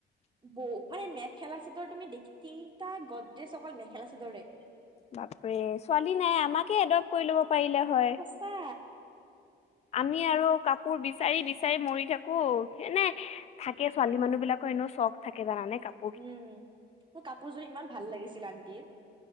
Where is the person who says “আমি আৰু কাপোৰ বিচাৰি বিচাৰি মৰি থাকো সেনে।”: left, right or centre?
Left